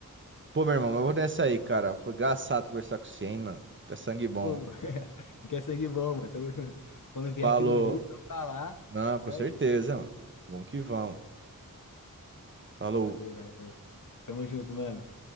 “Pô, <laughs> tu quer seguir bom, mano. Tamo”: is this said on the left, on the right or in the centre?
Left